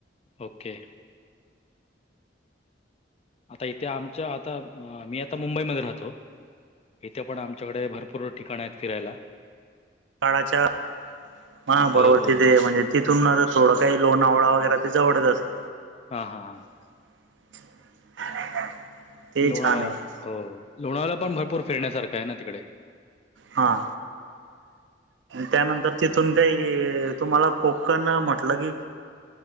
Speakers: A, on the left (about 35°); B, on the right (about 75°).
A: ओके. आता इथे आमच्या आता मी आता मुंबईमध्ये राहतो. इथे पण आमच्याकडे भरपूर ठिकाण आहेत फिरायला.
B: काळाच्या हा बरोबर
A: हो हो
B: ती
A: हो
B: ते म्हणजे. तिथून आता थोडं काही लोआवळा वगैरे ते जवळ जते.
A: हा हा हा.
B: <inaudible>
A: लोणावळा
B: छान आहे
A: हो लोणावळ्याला पण भरपूर फिरण्यासारखा आहे ना तिकडे.
B: हा त्यानंतर तिथून काही क तुम्हाला कोकण म्हटलं की